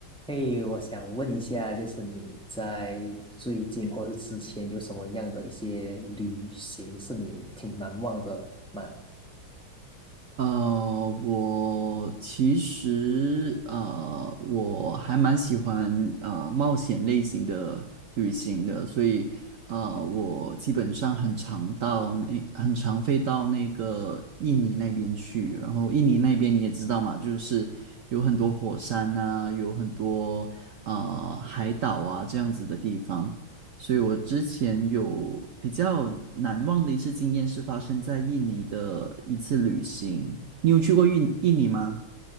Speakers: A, in the centre; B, on the right.
A: 嘿，我想问一下，就是你在最近或是之前有什么样的一些旅行是你挺难忘的吗？
B: 呃，我其实呃，我还蛮喜欢呃冒险类型的旅行的，所以呃，我基本上很常到那，很常飞到那个印尼那边去。然后印尼那边你也知道嘛，就是有很多火山啊，有很多呃海岛啊这样子的地方。所以我之前有比较难忘的一次经验是发生在印尼的一次旅行。你有去过印印尼吗？